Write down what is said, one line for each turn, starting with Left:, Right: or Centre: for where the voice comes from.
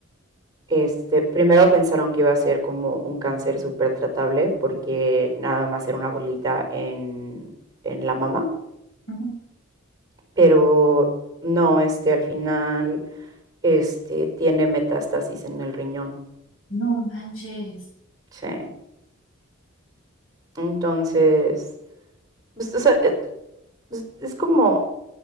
Right: Este, primero pensaron que iba a ser como un cáncer súper tratable porque nada más era una bolita en, en la mama,
Left: ujú.
Right: pero no, este, al final este, tiene metástasis en el riñón.
Left: No manches.
Right: Sí. Entonces, pues, o sea, eh, pues, es como,